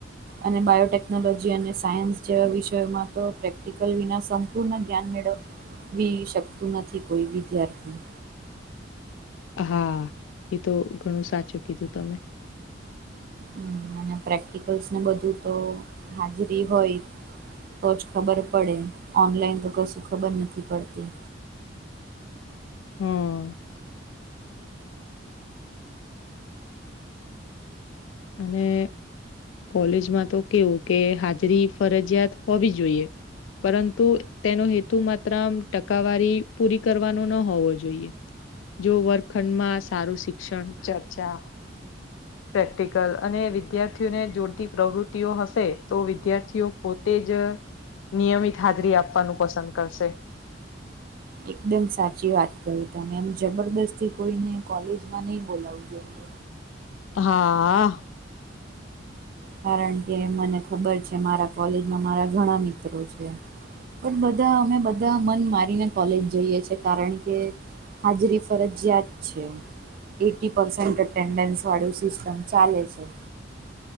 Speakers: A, on the right (about 50°); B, on the left (about 85°).
A: અને બાયોટેકનોલોજી અને સાયન્સ જેવા વિષયોમાં તો પ્રેક્ટિકલ વિના સમ પૂર્ણ જ્ઞાન મેળવવી શકતું નથી કોઈ વિદ્યાર્થી
B: હા એ તો ઘણું સાચું કીધું તમે
A: હમ્મ અને પ્રેક્ટિકલ્સને બધું તો હાજરી હોય તો જ ખબર પડે ઓનલાઈન તો કશું ખબર નથી પડતી.
B: હમ્મ. અને કોલેજમાં તો કેવું કે હાજરી ફરજિયાત હોવી જોઈએ પરંતુ તેનો હેતુ માત્ર આમ ટકાવારી પૂરી કરવાનો ન હોવો જોઈએ જો વર્ગખંડમાં સારું શિક્ષણ ચર્ચા પ્રેક્ટી અને વિદ્યાર્થીઓને જોડતી પ્રવૃતિઓ હશે તો વિદ્યાર્થીઓ પોતે જ નિયમિત હાજરી આપવાનું પસંદ કરશે.
A: એકદમ સાચી વાત કરી તમે એમ જબરદસ્તી કોઈને કોલેજમાં નહી બોલાવવું જોઈએ.
B: હા આ
A: કારણ કે મને ખબર છે મારા કોલેજમાં મારા ઘણા મિત્રો છે. પણ બધા અમે બધા મન મારીને કોલેજ જઈએ છિએ કારણ કે હાજરી ફરજિયાત છે. એઇટી પરર્સેન્ટ અટેન્ડન્સવાળું સિસ્ટમ ચાલે છે.